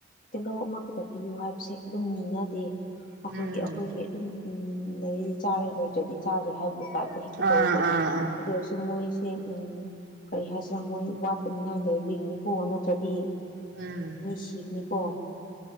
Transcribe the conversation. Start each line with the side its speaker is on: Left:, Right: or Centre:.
Left: ꯇꯤꯜꯍꯧ ꯑꯃꯈꯛꯇ ꯄꯤꯌꯨ ꯍꯥꯏꯕꯁꯦ ꯑꯗꯨꯝ ꯅꯤꯅꯗꯦ ꯑꯩꯈꯣꯏꯒꯤ
Right: ꯎꯝ
Left: ꯑꯩꯈꯣꯏꯒꯤ ꯑꯗꯨꯝ ꯎꯝ ꯂꯩꯔꯗꯤ ꯆꯥꯔꯦ ꯂꯩꯇ꯭ꯔꯗꯤ ꯆꯥꯗ꯭ꯔꯦ ꯍꯥꯏꯕꯒꯤ ꯇꯥꯏꯞꯇ ꯍꯦꯛꯇ
Right: ꯑꯥ
Left: ꯇꯧꯋꯦꯕ
Right: ꯑꯥ ꯑꯥ
Left: ꯑꯗꯨ ꯑꯣꯏꯔꯁꯨ ꯃꯣꯏ ꯁꯦ ꯀꯔꯤ ꯍꯥꯏꯁꯤꯔꯥ ꯃꯣꯏ ꯋꯥꯠꯇꯅꯤꯡꯉꯥꯏ ꯂꯩꯕꯒꯤꯅꯤꯀꯣ ꯅꯠꯇ꯭ꯔꯗꯤ
Right: ꯎꯝ
Left: ꯃꯤ ꯁꯤꯒꯅꯤꯀꯣ